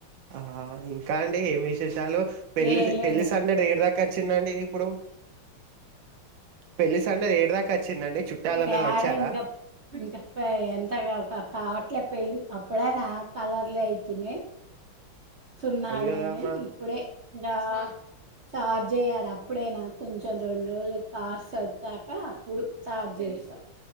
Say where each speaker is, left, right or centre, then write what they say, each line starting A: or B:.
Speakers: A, on the right (about 65°); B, on the right (about 50°).
A: ఆ ఇంకా అండి ఏం విశేషాలు పెళ్లి
B: ఏం లేదు
A: పెళ్లి సందడి ఏడి దాకా వచ్చిందండి ఇప్పుడు పెళ్లి సందడి ఏడి దాకా వచ్చిందండి చుట్టాలందరు
B: తేడా
A: వచ్చారా
B: ఇంకా ఇంకా ఎంత కావట్లే పెళ్ళి అప్పుడ నా కలర్లే అయితున్నా సున్నాలని
A: అయ్యో రామా
B: ఇప్పుడే ఆ చార్జ్ చేయ్యారు అప్పుడేనా కొంచెం రెండు రోజులు కాస్ వచ్చాక అప్పుడు చార్జ్ చేస్తారు